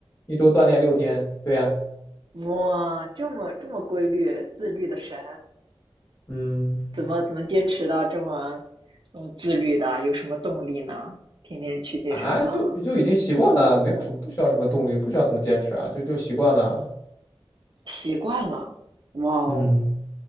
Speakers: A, on the left; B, on the right.
A: 一周锻炼六天，对呀，
B: 哇，这么这么规律、自律的神！
A: 嗯，
B: 怎么怎么坚持到这么嗯自律的？有什么动力呢？天天去健身房，
A: 啊，就就已经习惯了，没有什么不需要什么动力，不需要怎么坚持啊，就就习惯了，
B: 习惯了，哇哦！
A: 嗯，